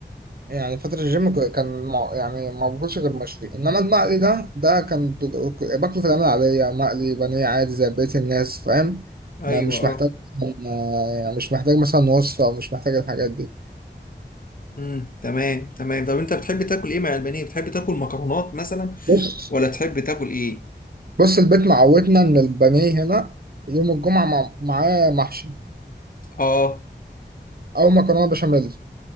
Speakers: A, on the right; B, on the left.
A: يعني فترة الجيم ك- كان مع- يعني ما باكلش غير مشوي انما المقلي ده ده كان ب- ك- باكله في الأيام العادية مقلي بانيه عادي زي بقية الناس فاهم
B: ايوه
A: ما مش
B: اه
A: محتاج ما- يعني مش محتاج مثلا وصفة او مش محتاج الحاجات دي
B: امم تمام تمام طب انت بتحب تاكل ايه مع البانيه بتحب تاكل مكرونات مثلا
A: بص
B: ولا تحب تاكل ايه
A: بص البيت معودنا ان البانيه هنا يوم الجمعة مع- معاه محشي
B: اه
A: او مكرونة بشاميل